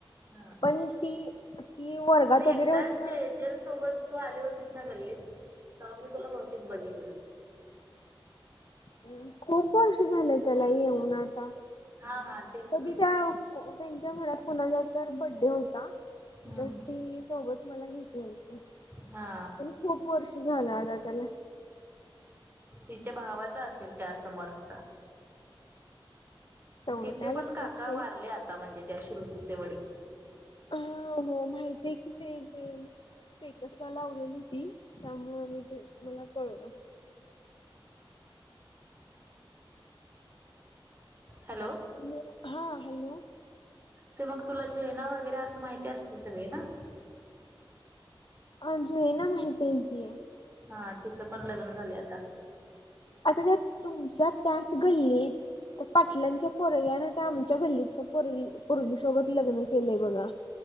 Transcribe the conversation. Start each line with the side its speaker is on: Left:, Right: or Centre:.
Right: ''हां''
Left: पण ती. ती वर्गात
Right: नाही
Left: वगैरे
Right: एकदा
Left: होती
Right: शेजेल
Left: ना
Right: सोबत तू आली होतीस ना गल्लीत तवा मी तुला भवतेक बघितलय.
Left: हंम, खूप वर्ष झालं त्याला येऊन आता.
Right: हा हा तेच
Left: तू
Right: ना
Left: तिथं को त्यांच्या घरात कोनाचा तर बड्डे होता तर.
Right: हम्म
Left: ती सोबत मला घेतलेली होती.
Right: हा,
Left: हो खूप वर्ष झालं आता त्याला.
Right: तिच्या भावाचा असेल त्या समोरचा.
Left: तेवढं
Right: तिचे
Left: काय
Right: पण
Left: लक्षात
Right: काका
Left: नाही.
Right: वारले आता म्हणजे त्या श्रुतीचे वडील.
Left: हा हो माहितीय कि ते ते स्टे''--'' टसला लावलेली ती त्यामुळ मी ते मला कळलं.
Right: हॅलो,
Left: हॅलो हां हॅलो,
Right: ते मग तुला जेना वगैरे असं माहिती असतील सगळे ना.
Left: हो जेना माहितेय की,
Right: हा तिचं पण लग्न झालय आता.
Left: अच्छाछा तुमच्या त्याच गल्लीत. त्या पाटलांच्या पोरग्यानं त्या आमच्या गल्लीत पोरगी पोरगीसोबत लग्न केलंय बघा.